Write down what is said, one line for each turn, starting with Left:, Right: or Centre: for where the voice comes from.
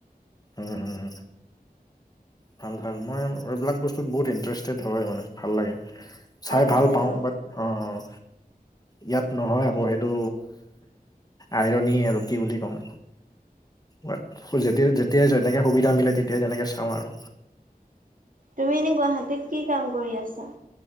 Left: উম, হম, হ। ভাল ভাল। মই এইবিলাক বস্তুত বহুত ইন্টেৰেষ্টেড হয় মানে ভাল লাগে। চাই
Right: লাগে
Left: ভাল পাওঁ।
Right: অ
Left: বাট অৱ'। ইয়াত নহয় আকৌ সেইটো, আইৰনী আৰু কি বুলি ক'ম। বাট যেতিয়াই যেতিয়াই যেনেকে সুবিধা মিলে তেতিয়াই তেনেকে চাওঁ আৰু।
Right: তুমি এনে গুৱাহাটীত কি কাম কৰি আছা?